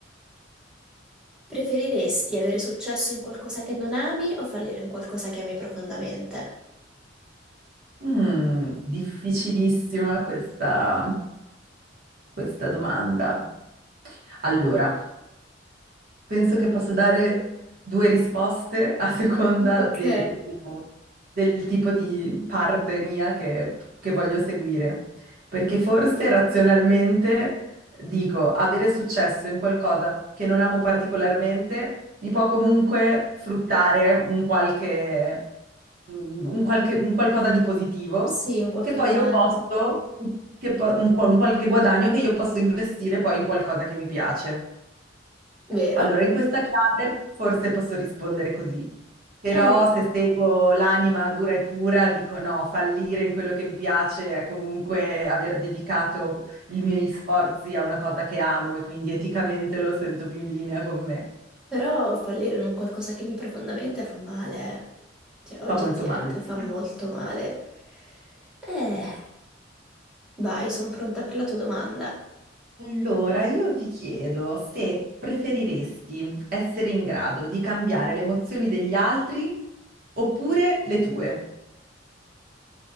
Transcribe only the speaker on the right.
Mm, difficilissima questa, questa domanda. Allora, Penso che posso dare due risposte a seconda
del, del tipo di parte mia che, che voglio seguire. Perché forse razionalmente dico, avere successo in qualcosa che non amo particolarmente mi può comunque fruttare un qualche, un qualche- un qualcosa di positivo
che poi
io posso, che po- un, qua- un qualche guadagno che io posso investire poi in qualcosa che mi piace.
Allora, in questa chiave forse posso rispondere così, però
se seguo l'anima dura e pura, dico no, fallire in quello che mi piace è comunque aver dedicato i miei sforzi a una cosa che amo e quindi eticamente lo sento più in linea con me.
Fa molto male,
sì.
Allora, io ti chiedo se preferiresti essere in grado di cambiare le emozioni degli altri oppure le tue.